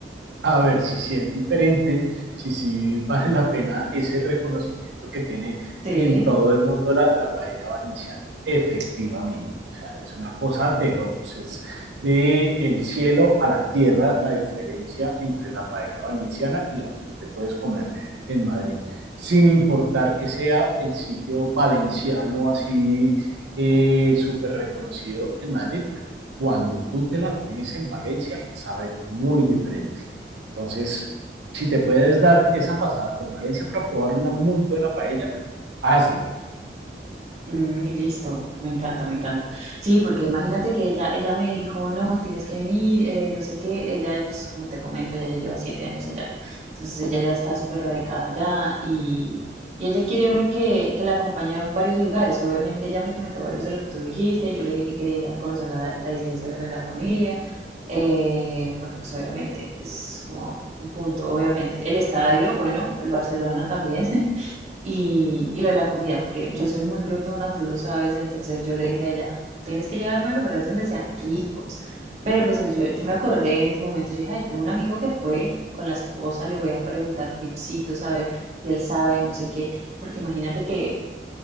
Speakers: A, on the right; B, on the right.
A: a ver si sí es diferente, si sí vale la pena ese reconocimiento que tiene
B: Sí.
A: en todo el mundo la, la paella valenciana. Efectivamente, o sea, es una cosa de locos, es de el cielo a la tierra la diferencia entre la paella valenciana y la que tú te puedes comer en Madrid, sin importar que sea el sitio valenciano así eh, súper reconocido en Madrid. Cuando tú te la comes en Valencia, sabe muy diferente. Entonces, si te puedes dar esa pasada por Valencia para probar una muy buena paella, hazlo.
B: Mm, listo, me encanta, me encanta. Sí, porque imagínate que ella, ella me dijo, no, tienes que venir, eh, no sé qué. Ella, pues como te comento, ella ya lleva siete años allá. Entonces ella ya está súper radicada allá y, y ella quiere que, que la acompañe a varios lugares. Obviamente ella me comentó varios de lo que tú dijiste. Yo le dije que quería ir a conocer la, la iglesia de la Sagrada Familia, eh, porque pues obviamente es como un punto, obviamente. El estadio, bueno, el Barcelona también. Y, y lo de la comida, porque yo soy muy glotona, tú lo sabes, entonces yo le dije a ella, tienes que llevarme a lugares donde sean ricos. Pero pues yo, yo me acordé en ese momento, yo dije, ay, tengo un amigo que fue con la esposa, le voy a preguntar tipsitos, a ver si él sabe, no sé qué, porque imagínate que